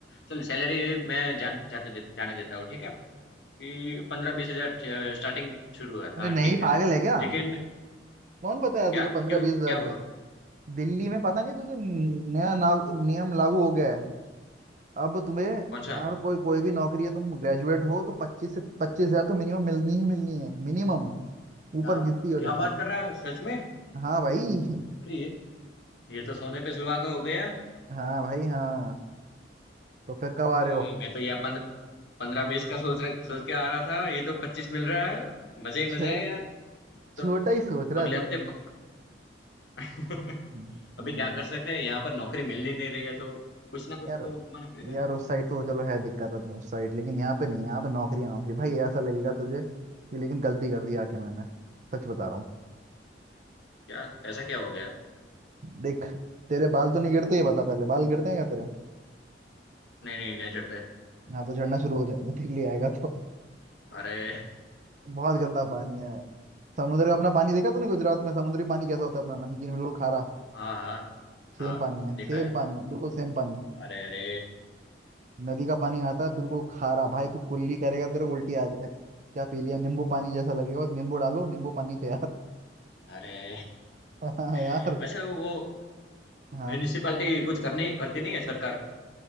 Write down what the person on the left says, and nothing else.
चल सैलरी मैं जान, जाते दे, जाने देता हूँ, ठीक है? कि पंद्रह बीस हजार अ, स्टार्टिंग शुरू है,
अ,
ठीक है।
लेकिन
क्या
क्यों
क्या
हुआ
कौन सा
क्या
क्या
बात कर रहा है सच में
अरे ये ये तो सोने पे सुहागा हो गया
अरे
मैं तो यार पंद्रह पंद्रह बीस का सोच रहा सोच के आ रहा था ये तो पच्चीस मिल रहा है मजे ही
मजे है यार
तो
अगले
हफ्ते
पक <laughs>
अभी क्या कर सकते हैं यहाँ पर नौकरी मिल ही नहीं रही है तो कुछ ना कुछ
तो कमाना पड़ेगा
ना
क्या ऐसा क्या हो गया
नहीं नहीं नहीं चढ़ते
अरे
हाँ हाँ
हाँ
देखा
है
अरे अरे
अरे
<laughs> वैसे वो
म्यूनिसिपैलिटी कुछ करनी करती नहीं है सरकार